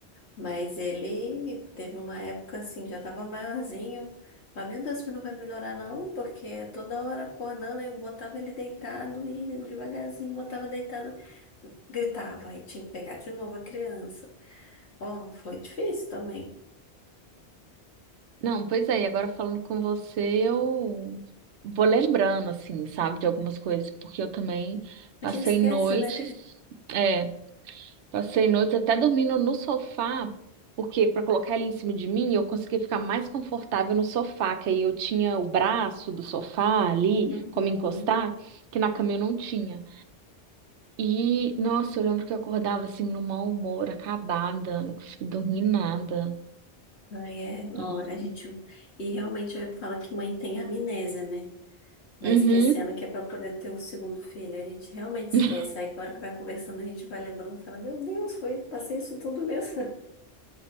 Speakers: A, on the left; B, on the right.
A: Mas ele teve uma época assim, já tava maiorzinho. Falei, meu Deus, isso não vai melhorar não, porque toda hora acordando, aí eu botava ele deitado e devagarzinho botava deitado, gritava, aí tinha que pegar de novo a criança. Ó, foi difícil também.
B: Não, pois é, e agora falando com você, eu vou lembrando, assim, sabe, de algumas coisas, porque eu também passei
A: A gente esquece,
B: noites,
A: né?
B: é, passei noites até dormindo no sofá, porque para colocar ele em cima de mim, eu conseguia ficar mais confortável no sofá, que aí eu tinha o braço do sofá ali,
A: Uhum.
B: como encostar, que na cama eu não tinha. E, nossa, eu lembro que eu acordava assim, no mau humor, acabada, não conseguia dormir nada.
A: Ai, é,
B: E.
A: ó, a gente. E realmente fala que mãe tem amnésia, né? Vai
B: Uhum.
A: esquecendo que é para poder ter o segundo filho. A gente realmente esquece.
B: <laughs>
A: Aí, na hora que vai conversando, a gente vai lembrando e fala: Meu Deus, foi, passei isso tudo mesmo.